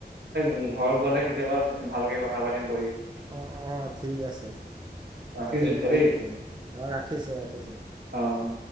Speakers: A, on the right; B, on the right.
A: উ ঘৰত গ'লে কেতিয়াবা ভালকৈ কথা পাতিম বহি।
B: অঁ অঁ ঠিক আছে
A: ৰাখিছো
B: পাতিম
A: এতিয়া
B: বাৰু
A: দেই।
B: পাতিম অ ৰাখিছোঁ।
A: অ', অ'।